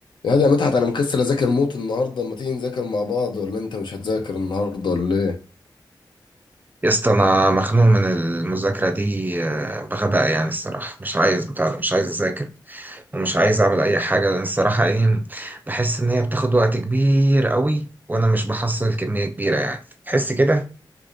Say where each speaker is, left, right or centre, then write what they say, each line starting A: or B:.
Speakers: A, on the left; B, on the right.
A: يا ده يا مدحت انا مكسل اذاكر موت النهارده ما تيجي نذاكر مع بعض ولا انت مش هتذاكر النهارده ولا ايه
B: يا اسطى انا مخنوق من المذاكره دي آه، بغباء يعني الصراحه مش عايز بتاع ده، مش عايز اذاكر ومش عايز اعمل اي حاجه لان الصراحه ايه بحس ان هي بتاخد وقت كبير قوي وانا مش بحصل كميه كبيره يعني تحس كده